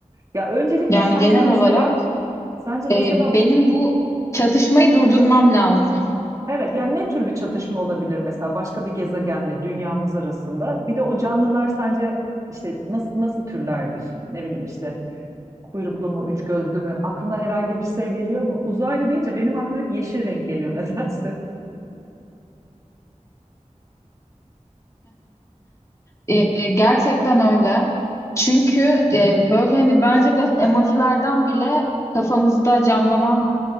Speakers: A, on the right; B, on the left.
A: Ya öncelikle
B: Yani
A: sence
B: genel
A: mesela,
B: olarak
A: sence mesela
B: e, benim bu çatışmayı durdurmam lazım.
A: evet yani ne tür bir çatışma olabilir mesela başka bir gezegenle dünyamız arasında? Bir de o canlılar sence işte nasıl nasıl türlerdir? Ne bileyim işte Kuyruklu mu, üç gözlü mü? Aklına herhangi bir şey geliyor mu? Uzaylı deyince benim aklıma hep yeşil renk geliyor <laughs> nedense.
B: E, gerçekten öyle. Çünkü e, böyle hani bence biraz emojilerden bile kafamızda canlanan